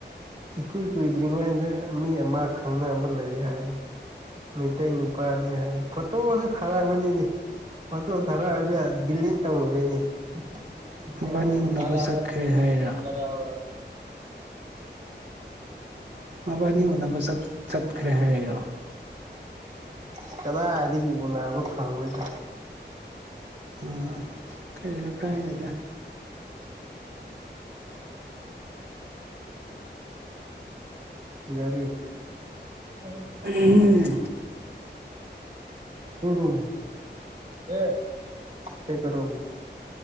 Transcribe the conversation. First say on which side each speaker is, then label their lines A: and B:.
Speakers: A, on the right (about 40°); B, on the right (about 60°).
A: ꯏꯀꯨꯏ ꯀꯨꯏꯗ꯭ꯔꯤꯉꯩꯗ ꯑ ꯃꯤ ꯑꯃ ꯈꯪꯅꯕ ꯂꯩ ꯍꯥꯏ ꯃꯩꯇꯩ ꯅꯨꯄꯥꯅꯤ ꯍꯥꯏ ꯐꯣꯇꯣꯁꯨ ꯊꯥꯔꯕꯅꯤꯅꯦ ꯐꯣꯇꯣ ꯊꯥꯔꯑꯒ ꯗꯤꯜꯂꯤꯠ ꯇꯧꯒ꯭ꯔꯦꯅꯦ <unintelligible>
B: ꯃꯕꯥꯅꯤ ꯎꯅꯕ ꯆꯠꯈ꯭ꯔꯦ ꯍꯥꯏꯔꯣ ꯃꯕꯥꯅꯤ ꯎꯅꯕ ꯆꯠ ꯆꯠꯈ꯭ꯔꯦ ꯍꯥꯏꯔꯩꯔꯣ
A: ꯑꯁ ꯀꯗꯥꯏꯗꯒꯤ ꯎꯅꯕ ꯐꯪꯉ‌ꯣꯏꯗ
B: ꯎꯝ ꯀꯩꯁꯨ ꯀ꯭ꯔꯥꯏꯗꯦꯗ
A: ꯒꯥꯔꯤ <unintelligible>
B: <unintelligible>
A: <unintelligible>